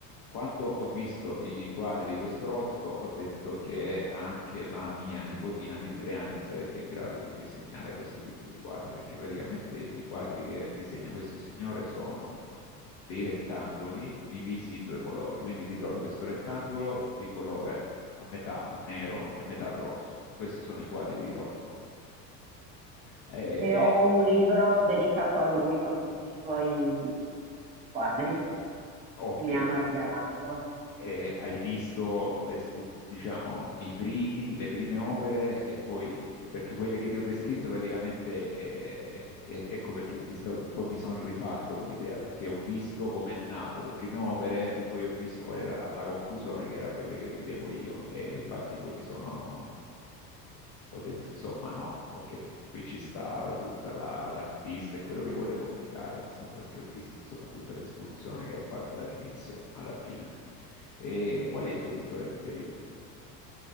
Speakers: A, on the left; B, on the right.
A: quando ho visto i quadri di questo Rothko, ho detto che anche la mia nipotina di tre anni sarebbe in grado di disegnare questo tipo di quadri, perché praticamente i quadri che disegna questo signore sono dei rettangoli divisi in due colori. Quindi ti trovi questo rettangolo di colore a metà nero e metà rosso. Questi sono i quadri di Rothko. Eh,
B: e ho un libro dedicato a lui con tutti i suoi quadri
A: ok,
B: che mi hanno regalato.
A: eh, hai visto le scur- diciamo, i primi, le prime opere e poi, eh, perché quelle che ti ho descritto praticamente, eh, eh, ecco perché ti sto- poi mi sono rifatto con l'idea, perché ho visto com'è nato le prime opere e poi ho visto qual era la, la conclusione, che era quelle che vedevo io. E infatti poi mi sono, ho detto, insomma, no, ok. Qui ci sta tutta la- l'artista e quello che vuole comunicare, insomma, perché ho visto, insomma, tutta l'escursione che ha fatto dall'inizio alla fine. E qual è il tuo pittore preferito?